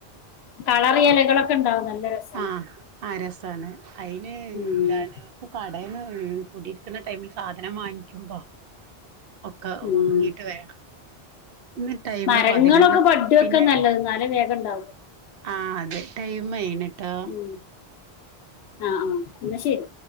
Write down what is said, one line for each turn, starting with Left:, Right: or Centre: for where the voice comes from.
Left: കളറ് എലകളൊക്കെ ണ്ടാവും നല്ല രസ
Right: ആഹ് ആഹ് രസാണ് അയിന് എന്താണ്
Left: ഉം
Right: ഒക്കെ കടേന്ന് കൂടിരിക്കുന്ന ടൈമിൽ സാധനം വാങ്ങിയ്ക്കുമ്പോ ഒക്കെ
Left: ഉം
Right: വാങ്ങിട്ട് വേണം ന്ന് ടൈമ്
Left: മരങ്ങളൊക്കെ
Right: പതിനൊന്ന്
Left: ബഡ് വെക്കാൻ
Right: പിന്നെ
Left: നല്ലത് എന്നാലേ വേഗം ഉണ്ടാവും
Right: ആഹ് അതെ ടൈം ആയിണ് ട്ടോ
Left: ഉം ആഹ് ആഹ് ന്നാ ശരി